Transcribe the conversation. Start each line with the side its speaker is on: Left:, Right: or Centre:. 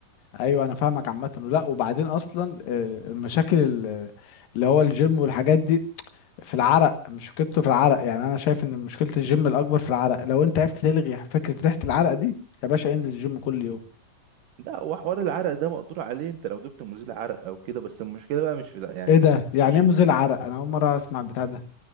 Left: ايوه انا فاهمك عامه لا وبعدين اصلا آه، المشاكل ال- اللي هو الجيم والحاجات دي في العرق مشكلته في العرق يعني انا شايف ان مشكله الجيم الاكبر في العرق لو انت عرفت تلغي فكره ريحه العرق دي يا باشا انزل الجيم كل يوم
Right: لا هو حوار العرق ده مقدور عليه انت لو جبت مزيل عرق او كده بس المشكلة بقى مش في لا يعني
Left: ايه ده يعني
Right: مش
Left: ايه مزيل عرق انا اول مره اسمع البتاع ده